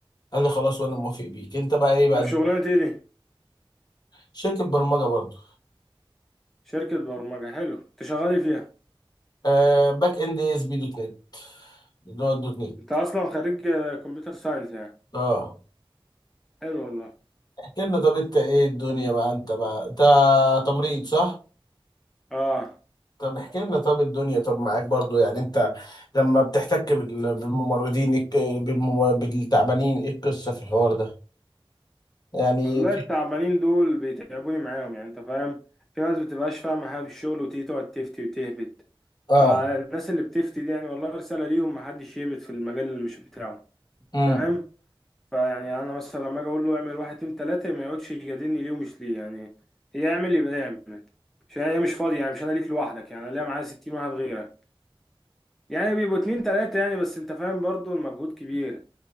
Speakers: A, on the left; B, in the centre.
A: قال لي خلاص وانا موافق بيك انت بقى ايه بقى
B: ده في شغلانة ايه دي
A: شركه برمجه برضه
B: شركة برمجة حلو انت شغال إيه فيها
A: آه باك اند اس بي دوت نت اللي هو الدوت نت
B: انت اصلا خريج كمبيوتر ساينس يعني
A: اه
B: حلو والله
A: احكي لنا طب انت ايه الدنيا بقى انت بقى انت تمريض صح
B: اه
A: طب احكي لنا طب الدنيا طب معاك برضو يعني انت لما بتحتك بال- بالممرضين الك- بالمم- بالتعبانين ايه القصة في الحوار ده يعني
B: والله
A: في-
B: التعبانين دول بيتعبوني معاهم يعني انت فاهم في ناس بتبقاش فاهمه حاجه في الشغل وتيجي تقعد تفتي وتهبد
A: اه
B: فالناس اللي بتفتي دي يعني والله رساله ليهم محدش يهبد في المجال اللي مش بتاعه
A: امم
B: فاهم فيعني انا مثلا لما اجي اقول له اعمل واحد اتنين تلاته ما يقعدش يجادلني ليه ومش ليه يعني يعمل يبقى يعمل عشان هي مش فاضيه يعني مش انا ليك لوحدك يعني انا ليا معايا 60 واحد غيرك يعني بيبقوا اتنين تلاته يعني بس انت فاهم برضو المجهود كبير